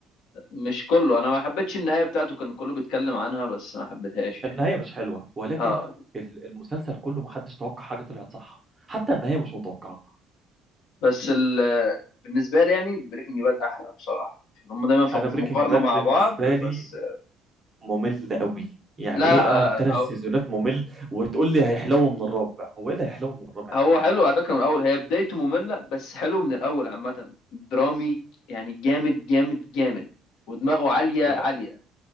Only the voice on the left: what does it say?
مش كله انا ما حبيتش النهايه بتاعته كان كله بيتكلم عنها بس ما حبيتهاش يعني
اه
بس ال بالنسبه لي يعني بريكنج باد احلى بصراحه عشان هم دايما في
في مقارنه
مع
بعض
بس
لا
لا
آه،
هو
هو
حلو على فكره من الاول هي بدايته ممله بس حلو من الاول عامه درامي يعني جامد جامد جامد ودماغه عاليه عاليه